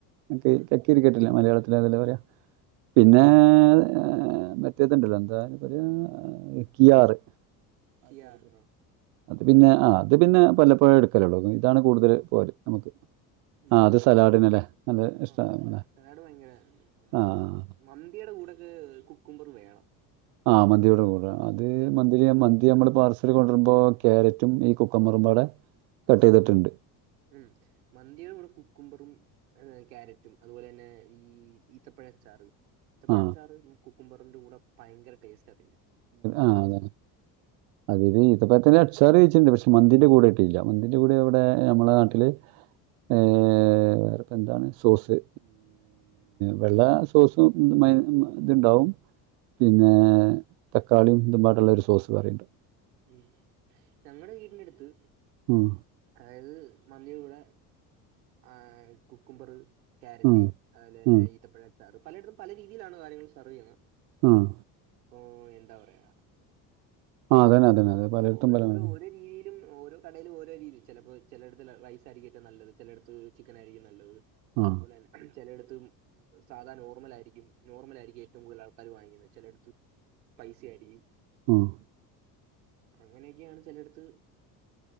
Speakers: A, on the right; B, on the right.
A: നക്ക്
B: ആ
A: കക്കീരിക്കിട്ടില്ലേ
B: കക്കരിയാണ്
A: മലയാളത്തിലതല്ലേ പറയാ പിന്നെ ആഹ് മറ്റേതുണ്ടല്ലോ എന്താ അയിനെ പറയാ കിയാറ്
B: കിയാർ ആഹ്
A: അത് പിന്നെ ആഹ് അത് പിന്നെ വല്ലപ്പോഴെ എടുക്കലുള്ളു ഇതാണ് കൂടുതൽ പോവല് നമുക്ക്
B: ഉം.
A: ആഹ് അത് സലാഡിനല്ലേ അത്
B: ആ
A: ഇഷ്ട്ടാ
B: സലാഡ്
A: ഇവിടെ
B: സലാഡ് ഭയങ്കര
A: ആഹ്
B: ആ, മന്തിയുടെ കൂടെയൊക്കെ കുക്കുമ്പറ് വേണം
A: ആഹ് മന്തിയുടെ കൂടെ അത്
B: സത്യം
A: മന്തിലി
B: കുക്ക്
A: മന്തി മ്മള് പാർസൽ കൊണ്ടുവരുമ്പൊ ക്യാരറ്റും ഈ കുക്കുമ്പറും വ്ടെ കട്ട് ചെയ്തിട്ടുണ്ട്
B: ഉം മന്തിയുടെ കൂടെ കുക്കുമ്പറും ക്യാരറ്റും അതുപോലെ ന്നെ ഈ ഈത്തപ്പഴച്ചാറ് ഈത്തപ്പഴച്ചാറ്
A: ആ ആ
B: കുക്കുംബറിന്റെ കൂടെ ഭയങ്കര ടേസ്റ്റാതിന്നാൻ
A: ആഹ് അതെ അതുവരെ ഈത്തപ്പഴത്തിന്റെ അച്ചാറ് കഴിച്ചിട്ടുണ്ട് പക്ഷെ മന്തിന്റെ കൂടെ ട്ടിയില്ല മന്തിന്റെ കൂടെ ഇവിടെ നമ്മളെ നാട്ടില് ഏഹ് വേറെപ്പെന്താണ് സോസ് വെള്ള സോസും മയോ ഇതുണ്ടാവും പിന്നേ തക്കാളിയും ഇതുമ്പായിട്ടുള്ള ഒരു സോസ് വേറെയിണ്ട്
B: ഉം ഞങ്ങടെ വീടിനടുത്ത്
A: ഉം
B: അതായത് മന്തിയുട കൂടെ ആഹ് കുക്കുമ്പറ് ക്യാരറ്റ്
A: ഉം
B: അതുപോലെ തന്നെ
A: ഉം
B: ഈത്തപ്പഴച്ചാറ് പലയിടത്തും പല രീതിയിലാണ് കാര്യങ്ങൾ സെർവ് ചെയ്യുന്നത്
A: ആഹ്
B: അപ്പൊ എന്താ പറയാ
A: ആ അതന്നെ അതന്നെ അതെ പലയിടത്തും
B: ഓ
A: പല
B: ഓരോ
A: മതി.
B: ഒര് രീതിയിലും ഓരോ കടയിൽ ഓരോ രീതി ചിലപ്പൊ ചെ ലയിടത്ത് റൈസായിരിക്കും ഏറ്റവും നല്ലത് ചെലയിടത്ത് ചിക്കനായിരിക്കും നല്ലത്
A: ആ
B: അതുപോലന്നെ ചെ ലയിടത്തും സാദാ നോർമ്മലായിരിക്കും നോർമ്മലായിരിക്കും ഏറ്റവും കൂടുതൽ ആൾക്കാർ വാങ്ങിക്കുന്നത് ചെലയിടത്ത് പൈസ ആയിരിക്കും
A: ആഹ്
B: അങ്ങനെക്കെയാണ് ചെലടത്ത്